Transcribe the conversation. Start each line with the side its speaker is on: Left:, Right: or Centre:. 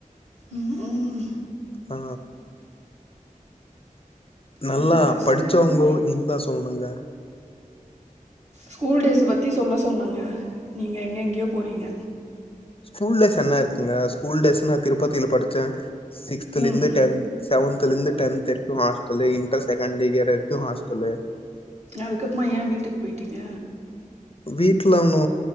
Right: ம் ம்
Left: ஆ நல்லா
Right: சரி,
Left: படிச்சவுங்கோ
Right: சரி.
Left: இருந்தா சொல்லுங்க
Right: ஸ்கூல் டேஸ பத்தி சொல்ல சொன்னாங்க நீங்க எங்கெங்யோ போறீங்க
Left: ஸ்கூல் டேஸ் என்ன இருக்குங்க ஸ்கூல் டேஸ் நா திருப்பத்தில படிச்சே சிக்ஸ்த்துலேருந்து
Right: ம்.
Left: டென்த் செவன்த்துலந்து டென்த் வரைக்கு ஹாஸ்டலு இன்டர் செகண்டு இயர் வரைக்கு ஹாஸ்டலு
Right: அதுக்கப்புமா ஏ வீட்டுக்கு போயிட்டீங்க
Left: வீட்லனு